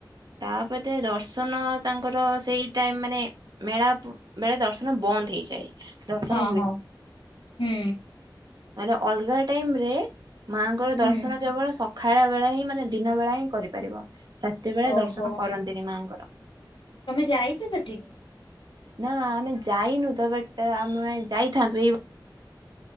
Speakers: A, on the right; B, on the left.
A: ତାପରେ ଦର୍ଶନ ତାଙ୍କର ସେଇ ଟାଇମ୍ ମାନେ ମେଳା ବେଳେ ଦର୍ଶନ ବନ୍ଦ ହେଇଯାଏ। ଦର୍ଶନ
B: ହଁ -ହଁ -ହୁଁ।
A: ନହଲେ ଅଲଗା ଟାଇମ୍ ରେ ମାଙ୍କର ଦର୍ଶନ
B: ହୁଁ
A: କେବଳ ସ ଖାଳ ବେଳେ ହିଁ ମାନେ ଦିନ ବେଳା ହିଁ କରିପାରିବ ରାତି ବେଳେ
B: ଓହୋ
A: ଦର୍ଶନ କରନ୍ତିନି ମାଙ୍କର।
B: ତମେ ଯାଇଛ ସେଠିକି?
A: ନା ଆମେ ଯାଇନୁ ତ ବଟ୍ ଆମେ ଯାଇଥାନ୍ତୁ ଏଇ